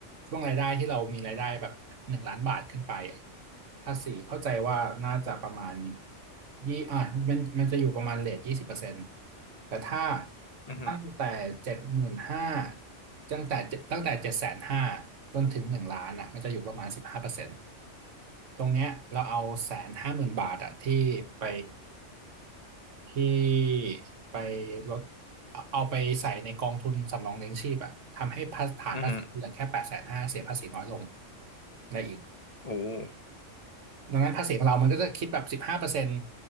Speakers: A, on the right; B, on the left.
A: ช่วงรายได้ที่เรามีรายได้แบบหนึ่งล้านบาทขึ้นไปอะภาษีเข้าใจว่าน่าจะประมาณยี่อ่ะมันมันจะอยู่ประมาณเรทยี่สิบเปอร์เซ็นต์ แต่ถ้า
B: อือฮึ
A: ตั้งแต่เจ็ดหมื่นห้าตั้งแต่7ตั้งแต่เจ็ดแสนห้าจนถึงหนึ่งล้านอ่ะมันจะอยู่ประมาณสิบห้าเปอร์เซ็นต์ตรงเนี้ยเราเอาแสนห้าหมื่นบาทอ่ะที่ไปที่ไปลดเอาเอาไปใส่ในกองทุนสำรองเลี้ยงชีพอ่ะทำให้ภาฐานภาษีเหลือแค่แปดแสนห้าเสียภาษีน้อยลง
B: อือฮึ
A: ได้อีก
B: โอ้
A: ดังนั้นภาษีของเรามันก็จะคิดแบบสิบห้าเปอร์เซ็นต์